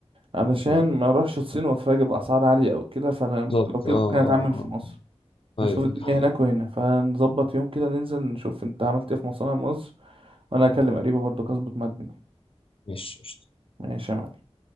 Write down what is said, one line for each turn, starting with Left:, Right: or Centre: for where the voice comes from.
Right: علشان
Left: تمام
Right: ما أروحش الصين وأتفاجئ بأسعار عالية أو كده فأنا
Left: بالظبط
Right: لو كده
Left: اه
Right: ممكن أتعامل
Left: اه
Right: في مصر
Left: اه
Right: نشوف
Left: ايوه
Right: الدنيا
Left: دي حقيقة
Right: هناك وهنا فنظبط يوم كده ننزل نشوف أنت عملت إيه في مصانع مصر وأنا هكلم قريبي برضه أظبط مع الدنيا
Left: ماشي قشطة.
Right: ماشي يا معلم